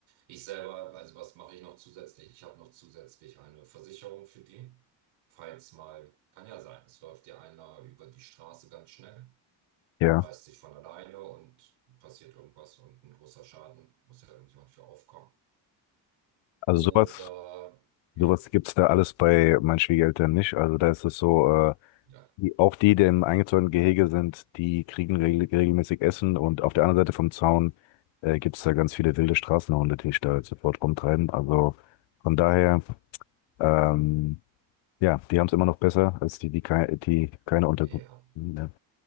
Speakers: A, on the right; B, on the left.
A: Ich selber, also was mache ich noch zusätzlich? Ich habe noch zusätzlich eine Versicherung für die. Falls mal, kann ja sein, es läuft dir einer über die Straße ganz schnell
B: Ja,
A: und reißt sich von alleine und passiert irgendwas und ein großer Schaden, muss ja irgendjemand für aufkommen.
B: also
A: Oder
B: sowas,
A: ja,
B: sowas gibt's da alles bei meinen Schwiegereltern nicht. Also da ist es so, äh,
A: Ja,
B: Die, auch die, die im eingezäunten Gehege sind, die kriegen regel regelmäßig Essen und auf der anderen Seite vom Zaun äh, gibt es da ganz viele wilde Straßenhunde, die sich da sofort rumtreiben. Also von daher, ähm, ja, die haben es immer noch besser als die, die, kei die keine Unterkunft.
A: ja, ja,
B: Ne?